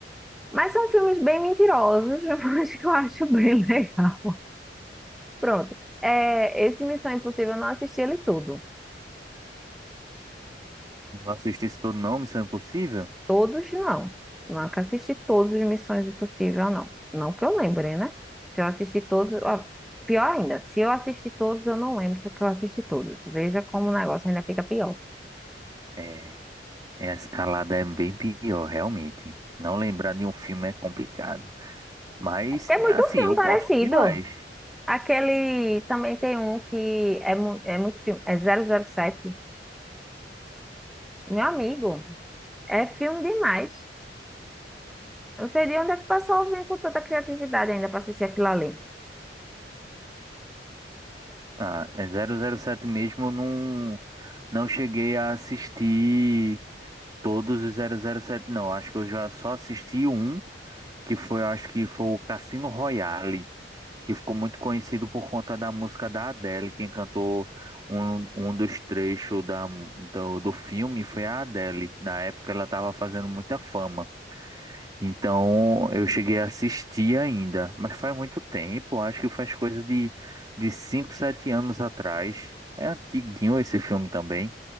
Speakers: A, in the centre; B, on the right (about 25°).
A: Mas são filmes bem mentirosos, <laughs> mas que eu acho bem legal. Pronto. É, esse Missão Impossível eu não assisti ele todo.
B: Não assisti isso todo não, Missão Impossível?
A: Todos não. Nunca assisti todos os Missões Impossível, não. Não que eu lembre, né? Se eu assisti todos. ó, pior ainda, se eu assisti todos, eu não lembro se eu assisti todos. Veja como o negócio ainda fica pior.
B: É, é, a escalada é bem pior, realmente. Não lembrar de um filme é complicado. Mas,
A: É
B: é
A: muito
B: assim,
A: filme
B: eu
A: parecido.
B: gosto demais.
A: Aquele também tem um que é, mu- é muito filme, é zero zero sete. Meu amigo, é filme demais. Eu não sei de onde é que o pessoal vem com tanta criatividade ainda para assistir aquilo ali.
B: Ah, é zero zero sete mesmo, eu não, não cheguei a assistir todos os zero zero sete. não. Acho que eu já só assisti um, que foi, acho que foi o Cassino Royale, que ficou muito conhecido por conta da música da Adele. Quem cantou um, um dos trechos da, do, do filme foi a Adele. Na época ela estava fazendo muita fama. Então eu cheguei a assistir ainda, mas faz muito tempo, acho que faz coisa de, de 5, 7 anos atrás. É antiguinho esse filme também.